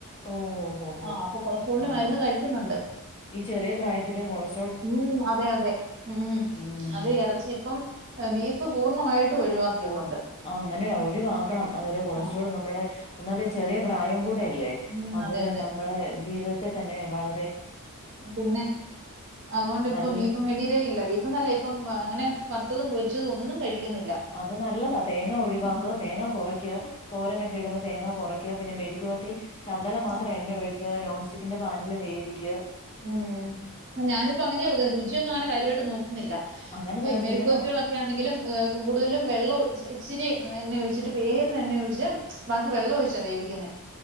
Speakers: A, on the left (about 25°); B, on the right (about 55°).
A: ഓ ഹോ ഹോ ഹോ
B: ആ അപ്പൊ കൊളസ്ട്രോളില്
A: ആഹ്
B: മരുന്ന് കഴിക്കുന്നുണ്ട്.
A: ഈ ചെറിയ പ്രായത്തില് കൊളസ്
B: ഉം അതെ അതെ ഉം
A: ഉം
B: അത് ഇറച്ചി. ഇപ്പം ബീഫ് പൂർണ്ണമായിട്ടും ഒഴിവാക്കിയതുകൊണ്ട്.
A: ആ അങ്ങനെയ ഒഴിവാക്കണം അല്ല കൊളസ്ട്രോൾ
B: ആ
A: നമ്മുടെ ഒന്നമതെ ചെറിയ പ്രായം കൂടെയല്ലേ.
B: ഉം
A: അപ്പൊ
B: അതെ
A: തന്നെ
B: അതെ
A: നമ്മുളെ ജീവിതത്തെ തന്നെ വള
B: പിന്നെ അതൊണ്ട് ഇപ്പ
A: നല്ല
B: ബീഫ് മേ മേടിക്കലേയില്ല ബീഫ്ന്നല്ല ഇപ്പം അങ്ങനെ വറുത്തതും പൊരിച്ചതും ഒന്നും കഴിക്കുന്നില്ല.
A: അത് നല്ലതാ തേങ്ങ ഒഴിവാക്ക
B: ഉം
A: തേങ്ങ കുറയ്ക്കുക തോരനൊക്കെ ഇടുന്ന തേങ്ങ കുറയ്ക്കുക പിന്നെ മെഴുകു വരറ്റി ശകല മാത്രം
B: ആ
A: എണ്ണ ഒഴിച്ച് നോൺ സ്റ്റിക്കിന്റെ പാനില് വേവിക്ക.
B: ഉം ഞാനിപ്പോ അങ്ങനെയാക്കുന്നത് രുചിയൊന്നുങ്ങനെ കര്യായിട്ട് നോക്കുന്നില്ല
A: അങ്ങനെ ദേ
B: മെഴുക്കു
A: ചെയ്യണം
B: വരട്ടികളൊക്കെ ക്ക്യണെങ്കിലും ഹ് കൂടുതലും വെള്ളംഓയിച് ഇച്ചിരി എണ്ണ ഒഴി വെച്ചിട്ട് പേര്ണ് എണ്ണ ഒഴിച്ച് ബാക്കി വെള്ളം ഒഴിച്ചാ വേവിക്കു ന്നെ